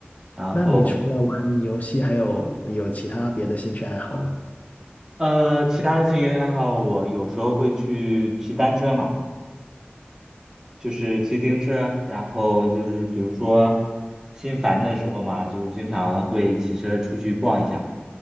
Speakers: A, on the right; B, on the left.
A: 然后。
B: 那你除了玩游戏，还有有其他别的兴趣爱好吗？
A: 呃，其他的兴趣还好，我有时候会去骑单车嘛，就是骑自行车，然后就是比如说心烦的时候嘛，就经常会骑车出去逛一下。